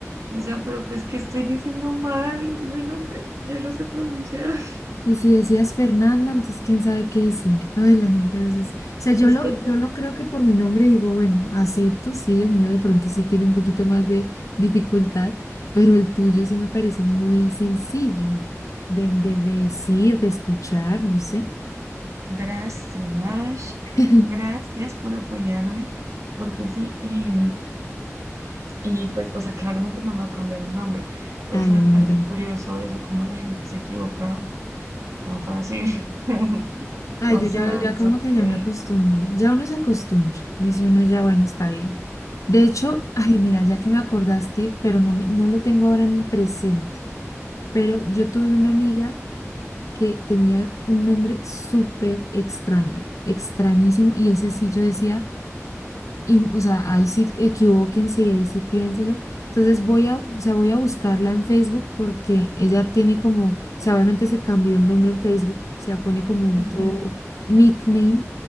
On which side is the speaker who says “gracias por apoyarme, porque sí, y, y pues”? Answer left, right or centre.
Right